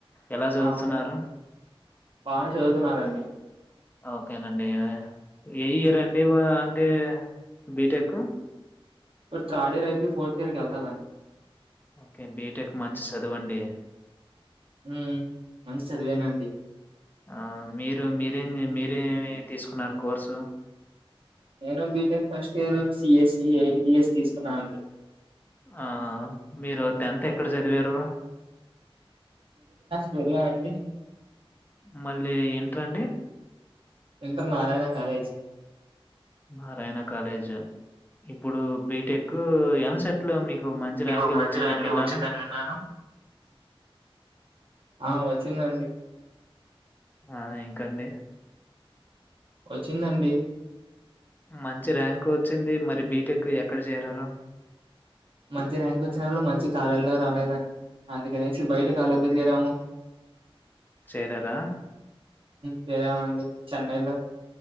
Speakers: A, on the left; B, on the right.
A: ఎలా చదువుతున్నారు?
B: ఆ అవునండి బానే చదువుతున్నారండి
A: ఓకేనండి ఏ ఇయర్ండి అంటే బీటెక్
B: థర్డ్ ఇర్ అయితే ఫోర్త్ ఎయర్కి వెళ్తాదండి
A: ఓకే బీటెక్ మంచి చదవండి
B: ఉం మంచి చదివేనండి
A: ఆ మీరు మీరేమి మీరేమి తీసుకున్నారు కోర్సు
B: నేను బీటెక్ ఫస్ట్ ఇయర్ సీఎస్బిఎస్ తీసుకున్నానండి
A: ఆ మీరు టెన్త్ ఎక్కడ చదివారు
B: కున్నా అండి
A: మళ్ళీ ఇన్ట్రండి
B: inter Narayana college
A: Narayana college ఇప్పుడు బీటెక్ ఎం సెట్లో మీకు మంచి
B: మీకు
A: ర్యాంకే
B: మంచి
A: వచ్చిందని
B: ర్యాంకే
A: విన్నాను.
B: వచ్చిందని విన్నాను ఆ వచ్చిందండి
A: ఆ ఇంకాండి
B: వచ్చిందండి
A: మంచి ర్యాంకు వచ్చింది మరి బీటెక్ ఎక్కడ చేరారు
B: మంచి ర్యాంక్ వచ్చినా కూడా మంచి కాలెజి ల్లో రాలేదండి అందుకనేసి బయట కాలేజీ లో చేరాము
A: చేరారా?
B: చేరామండి చెన్నైలో